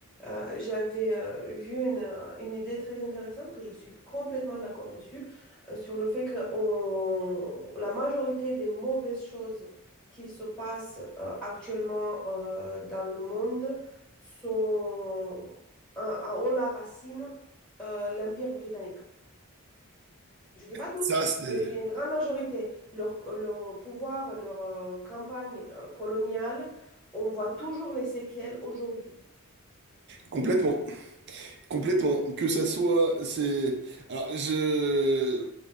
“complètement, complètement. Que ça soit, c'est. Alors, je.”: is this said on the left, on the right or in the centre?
Right